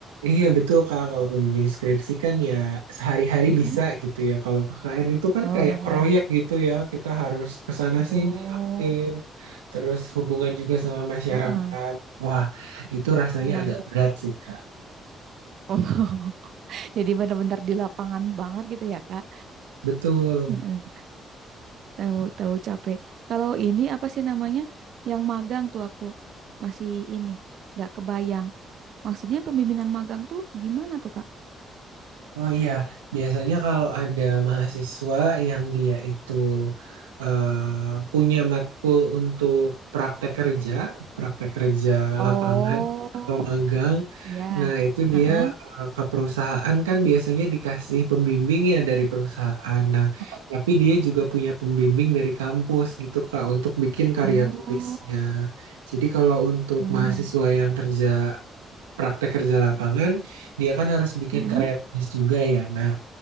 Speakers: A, on the right; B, on the right.
A: Iya betul Kak, kalau pembimbing skripsi kan ya sehari-hari
B: Mm-mm.
A: bisa gitu ya. Kalau KKN itu kan
B: Oh,
A: kayak
B: iya.
A: proyek gitu ya, kita harus ke sana
B: Oh,
A: sini aktif, terus hubungan juga sama masyarakat.
B: heeh,
A: Wah, itu rasanya
B: iya.
A: agak berat sih Kak.
B: Oh. <laughs> Jadi benar-benar di lapangan banget gitu ya, Kak.
A: Betul.
B: Heeh. Tahu tahu capek. Kalau ini apa sih namanya? Yang magang tuh aku masih ini nggak kebayang. Maksudnya pembimbingan magang tuh gimana tuh, Kak?
A: Oh iya, biasanya kalau ada mahasiswa yang dia itu eh, punya matkul untuk praktek kerja, praktek kerja
B: Oh,
A: lapangan atau magang,
B: iya.
A: nah itu
B: Heeh.
A: dia eh, ke perusahaan kan biasanya dikasih pembimbing ya dari perusahaan. Nah, tapi dia juga punya pembimbing dari kampus gitu Kak untuk bikin karya
B: Oh.
A: tulisnya. Jadi kalau untuk
B: Hmm.
A: mahasiswa yang kerja praktek kerja lapangan, dia kan harus bikin
B: Mm-mm.
A: karya tulis juga ya. Nah,